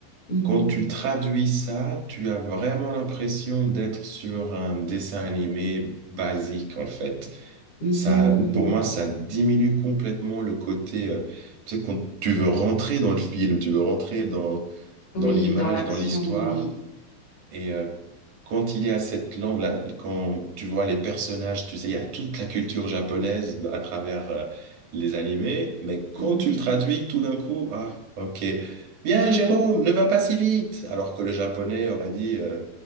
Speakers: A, on the left; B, on the right.
A: mhm,
B: Quand tu traduis ça, tu as vraiment l'impression d'être sur un dessin animé basique, en fait.
A: mhm.
B: Ça, pour moi, ça diminue complètement le côté, euh, tu sais, quand tu veux rentrer dans le film, tu veux rentrer dans,
A: Oui,
B: dans l'image,
A: dans l'action,
B: dans l'histoire.
A: oui.
B: Et euh, quand il est à cette langue, là, quand tu vois les personnages, tu sais, il y a toute la culture japonaise à travers euh, les animés, mais
A: Mhm.
B: quand tu le traduis, tout d'un coup, ah, ok, bien,
A: <laughs>
B: Jérôme, ne va pas si vite, alors que le japonais aurait dit, euh,